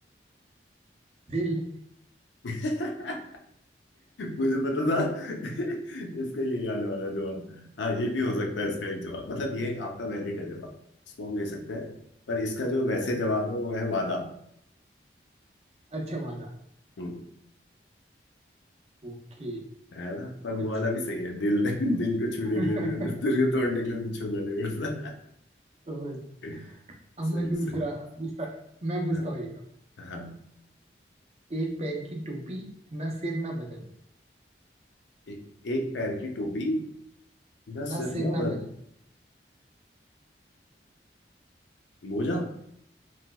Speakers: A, on the right; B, on the left.
A: दिल
B: <laughs> मुझे पता था <laughs> इसका ये याद वाला जवाब हाँ ये भी हो सकता है इसका एक जवाब मतलब ये आपका वैलिड है जवाब इसको हम ले सकते हैं पर इसका जो वैसे जवाब है वो है वादा
A: अच्छा वादा
B: हम्म,
A: ओके
B: है ना पर वो
A: अच्छा
B: वाला भी सही है दिल <laughs> दिल को छूने
A: <laughs>
B: के लिए भी- दिल को तोड़ने के लिए उसे छूना नहीं पड़ता
A: तो बस
B: <laughs>
A: अब
B: सही
A: मैं दूसरा
B: सही
A: पूछता मैं पूछता
B: हाँ
A: हूँ एक अब
B: हाँ
A: एक पैर की टोपी ना सिर ना बदन
B: एक, एक पैर की टोपी ना
A: ना
B: सिर
A: सिर
B: ना
A: ना
B: बद
A: बदन
B: मोजा